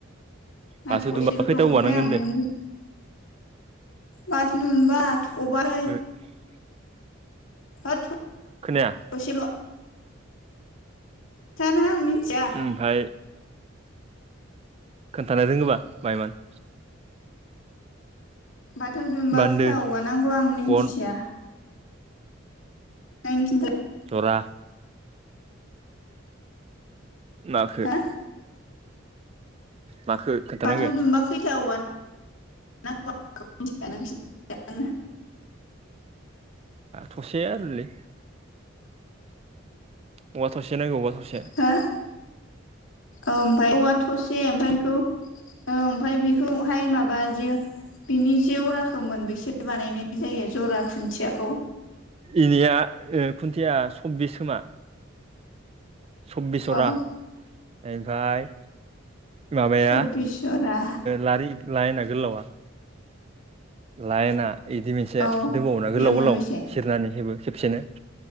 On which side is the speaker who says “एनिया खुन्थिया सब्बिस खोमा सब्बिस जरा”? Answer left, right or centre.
Right